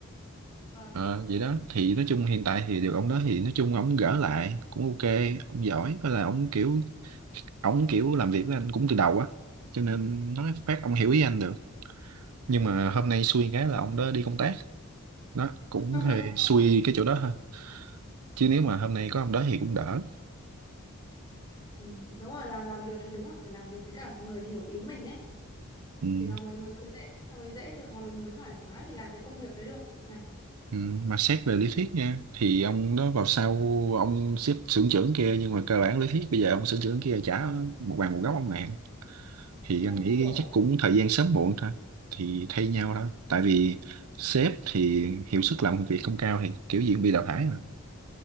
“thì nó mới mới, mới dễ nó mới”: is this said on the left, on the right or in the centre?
Left